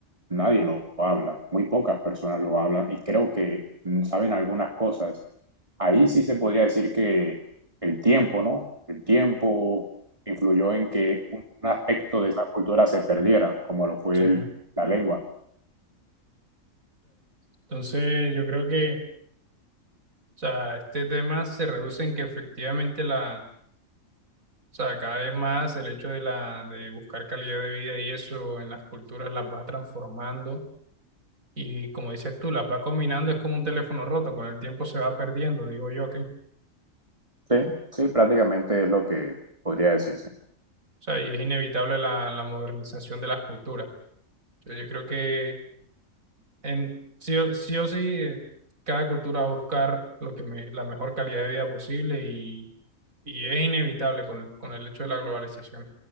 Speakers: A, on the right; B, on the right.
A: nadie lo habla, muy pocas personas lo hablan y creo que mm, saben algunas cosas. Ahí sí se podría decir que el tiempo, ¿no? El tiempo influyó en que un aspecto de esa cultura se perdiera, como lo fue
B: sí. O
A: el- la lengua.
B: Entonces, yo creo que, o sea, este tema se reduce en que efectivamente la O sea, cada vez más el hecho de, la, de buscar calidad de vida y eso en las culturas las va transformando y como dices tú, las va combinando, es como un teléfono roto, con el tiempo se va perdiendo, digo yo aquí. O
A: Sí, sí, prácticamente es lo que podría decirse.
B: sea, y es inevitable la, la modernización de las culturas. Entonces, yo creo que en, sí, o sí, o sí, eh, cada cultura va a buscar lo que me- la mejor calidad de vida posible y, y es inevitable con, con el hecho de la globalización.